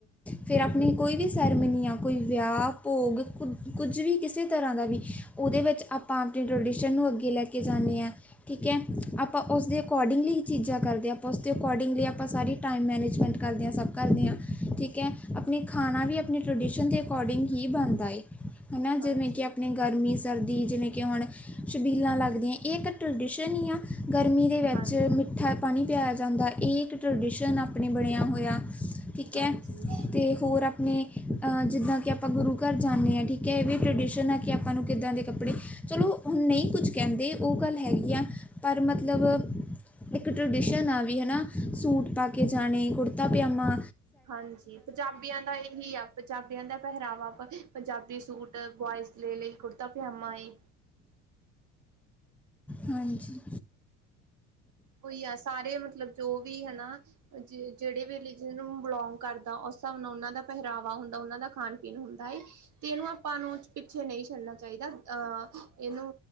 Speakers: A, in the centre; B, on the right.
A: ਫਿਰ ਆਪਣੀ ਕੋਈ ਵੀ ਸੈਰੇਮਨੀ ਆ ਕੋਈ ਵਿਆਹ ਭੋਗ ਕੁ ਕੁੱਝ ਵੀ ਕਿਸੇ ਤਰ੍ਹਾਂ ਦਾ ਵੀ ਉਹਦੇ ਵਿੱਚ ਆਪਾਂ ਆਪਣੀ ਟਰਡੀਸ਼ਨ ਨੂੰ ਅੱਗੇ ਲੈ ਕੇ ਜਾਂਨੇ ਹਾਂ ਠੀਕ ਹੈ ਆਪਾਂ ਉਸਦੇ- ਅਕੋਡਿੰਗਲੀ ਚੀਜ਼ਾਂ ਕਰਦੇ ਹਾਂ ਆਪਾਂ ਉਸਦੇ ਅਕੋਡਿੰਗਲੀ ਆਪਾਂ ਸਾਰੀ ਟਾਈਮ ਮੈਨੇਜਮੈਂਟ ਕਰਦੇ ਹਾਂ ਸਭ ਕਰਦੇ ਹਾਂ ਠੀਕ ਹੈ ਆਪਣੇ ਖਾਣਾ ਵੀ ਆਪਣੇ ਟਰਡੀਸ਼ਨ ਦੇ ਅਕੋਰਡਿੰਗ ਹੀ ਬਣਦਾ ਏ ਹਨਾ
B: ਹਾਂਜੀ
A: ਜਿਵੇਂ ਕਿ ਆਪਣੀ ਗਰਮੀ ਸਰਦੀ ਜਿਵੇਂ ਕਿ ਹੁਣ ਛਬੀਲਾਂ ਲੱਗਰੀਆਂ ਇਹ ਇੱਕ ਟਰਡੀਸ਼ਨ ਹੀ ਆ ਗਰਮੀ ਦੇ ਵਿੱਚ
B: ਹਾਂਜੀ
A: ਮਿੱਠਾ ਪਾਣੀ ਪਿਆਇਆ ਜਾਂਦਾ ਇਹ ਇੱਕ ਟਰਡੀਸ਼ਨ ਆਪਣੇ ਬਣਿਆ ਹੋਇਆ ਠੀਕ
B: ਹਾਂਜੀ
A: ਹੈ ਤੇ ਹੋਰ ਆਪਣੇ ਜਿੱਦਾਂ ਕਿ ਆਪਾਂ ਗੁਰੂ ਘਰ ਜਾਂਦੇ ਹਾਂ ਠੀਕ ਹੈ ਵੀ ਟ੍ਰਡੀਸ਼ਨ ਆ ਕਿ ਆਪਾਂ ਨੂੰ ਕਿੱਦਾਂ ਦੇ ਕੱਪੜੇ ਚਲੋ ਹੁਣ ਨਹੀਂ ਕੁੱਝ ਕਹਿੰਦੇ ਉਹ ਗੱਲ ਹੈਗੀ ਆ ਪਰ ਮਤਲਬ ਇੱਕ ਟਰਡੀਸ਼ਨ ਆ ਵੀ ਹਨਾ ਸੂਟ ਪਾ ਕੇ ਜਾਣੇ ਕੁੜਤਾ ਪਯਾਮਾ
B: ਹਾਂਜੀ ਪੰਜਾਬੀਆਂ ਦਾ ਇਹੀ ਆ ਪੰਜਾਬੀਆਂ ਦਾ ਪਹਿਰਾਵਾ ਪੰਜਾਬੀ ਸੂਟ ਬੋਇਂਸ ਲ ਲਈ ਕੁੜਤਾ ਪਜਾਮਾ ਏ
A: ਹਾਂਜੀ
B: ਹੋਈ ਆ ਸਾਰੇ ਮਤਲਬ ਜੋ ਵੀ ਹਨਾ ਜਿਹੜੇ ਵੀ ਰਲੀਜਨ ਨੂੰ ਬਿਲੋਂਗ ਕਰਦਾ ਉਹਨਾਂ ਦਾ ਪਹਿਰਾਵਾ ਹੁੰਦਾ ਉਹਨਾਂ ਦਾ ਖਾਣ ਪੀਣ ਹੁੰਦਾ ਏਂ ਤੇ ਇਹਨੂੰ ਆਪਾਂ ਨੂੰ ਪਿੱਛੇ ਨਹੀਂ ਛੱਡਨਾ ਚਾਹੀਦਾ ਾ ਅਹ ਇਹਨੂੰ